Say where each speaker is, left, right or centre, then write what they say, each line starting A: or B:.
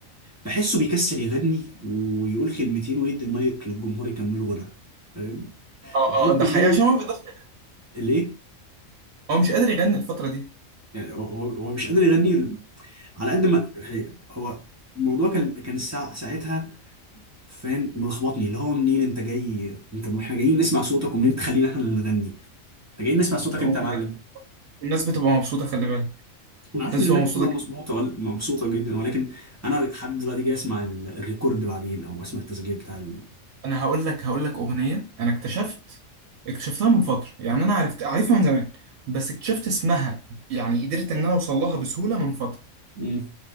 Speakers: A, on the right; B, on the right.
A: بحسه بيكسل يغني ويقول كلمتين ويدي المايك للجمهور يكملوا غنى فاهم
B: اه
A: الحتة
B: اه ده حقيقي
A: دي
B: عشان هو بيضحك
A: ليه؟
B: هو مش قادر يغني الفترة دي
A: يعني هو هو هو مش قادر يغني على قد ما يعني هو الموضوع كان كان الساعة ساعتها فاهم ملخبطني اللي هو منين انت جاي انت احنا جايين نسمع صوتك ومنين تخلينا احنا اللي نغني فجايين نسمع صوتك
B: والناس
A: انت يا معلم
B: والناس بتبقى مبسوطة خلي بالك
A: انا عارف
B: الناس
A: ان الناس
B: بتبقى مبسوطة
A: بتبقى
B: جدا
A: مظبوطه ولا مبسوطه جدا ولكن انا لحد دلوقتي جاي اسمع ال- الريكورد بعدين او اسمع التسجيل بتاع ال...
B: انا هقول لك هقول لك اغنية انا اكتشفت اكتشفتها من فترة يعني انا عرفت عارفها من زمان بس اكتشفت اسمها يعني قدرت ان انا اوصل لها بسهولة من فترة
A: مم.